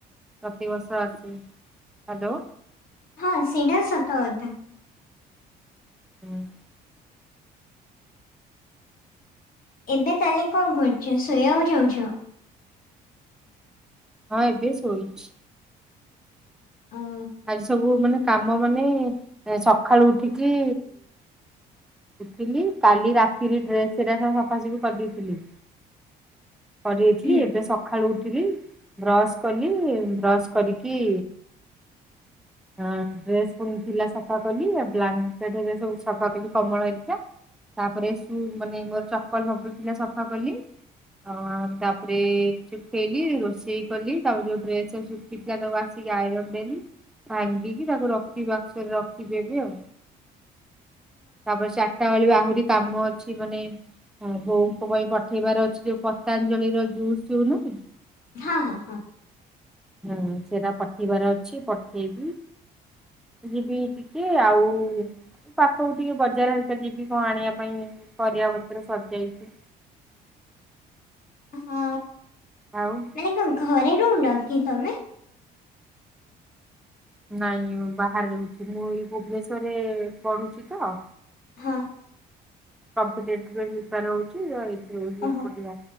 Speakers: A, in the centre; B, on the left.
A: ପ୍ରତି ବର୍ଷ ଆସେ। ହାଲୋ।
B: ହଁ ସେଇଟା ତ ସତ କଥା।
A: <inaudible>
B: ଏବେ ତାହେଲେ କଣ କରୁଚ ଶୋଇବାକୁ ଯାଉଚ?
A: ହଁ ଏବେ ଶୋଇଚି।
B: ଉଁ।
A: ଆଜି ସବୁ ମାନେ କାମ ମାନେ ସଖାଳୁ ଉଠିକି ଉଠିଲି। କାଲି ରାତିରେ ଡ୍ରେସ୍ ରା ସବୁ ସଫାସଫି କରିଦେଇଥିଲି। କରି ଦେଇଥିଲି
B: ହଁ
A: ଏବେ ସ ସଖାଳୁ ଉଠିଲି ବ୍ରସ୍ କଲି, ବ୍ରଶ୍ କରିକି ହଁ ଡ୍ରେସ୍ ପୁଣି ଥିଲା ସଫା କଲି। ବ୍ଲାଙ୍କେଟ୍ ହେରିକା ସବୁ ସଫା କଲି କମ୍ୱଳ ହେରିକା। ତାପରେ ଶୁ ମାନେ ମୋର ଚପଲ ଫପଲ ଥିଲା ସଫା କଲି। ଅ ତାପରେ ସୁଖେଇଲି ରୋଷେଇ କଲି ତାପରେ ଯୋଉ ଡ୍ରେସ୍ ଗୁରା ଶୁଖେ ଶୁଖିଥିଲା ତକ ଆସିକି ଆଇରନ୍ ଦେଲି। ଭାଙ୍ଗିକି ତାକୁ ରଖିବି ବାକ୍ସରେ ରଖିବି ଏବେ ଆଉ। ତାପରେ ଚା ଚାରିଟା ବେଳେ ବି ଆହୁରି କାମ ଅଛି। ମାନେ ଆଉ ବୋଉଙ୍କ ପାଇଁ ପଠେଇବାର ଅଛି ଯୋଉ ପତାଞ୍ଜଳି ର ଜୁସ ଯଉ ନୁହୁଁ
B: ହଁ ହଁ ହଁ।
A: ହୁଁ। ସେରା ପଠେଇବାର ଅଛି ପଠେଇବି। ଯିବି ଟିକେ। ଆଉ ପାଖକୁ ଟିକେ ବଜାର ହେରିକା ଯିବି କଣ ଆଣିବା ପାଇଁ ପରିବା ପତ୍ର ସରିଯାଇଚି।
B: ହଁ।
A: ଆଉ
B: ମାନେ କଣ ଘରେ ରହୁନକି ତମେ?
A: ନାଇଁ ବାହାରେ ରହୁଛି ମୁଁ ଏଇ ଭୁବନେଶ୍ଵରରେ-ଏ-ଏ ପଢୁଛି ତ।
B: ହଁ।
A: କମ୍ପିଟେଟିଭ ପାଇଁ ପ୍ରିପାର ହଉଚି ଏଇଠି ରହୁଛି
B: ଓହୋ
A: ଏକୁଟିଆ।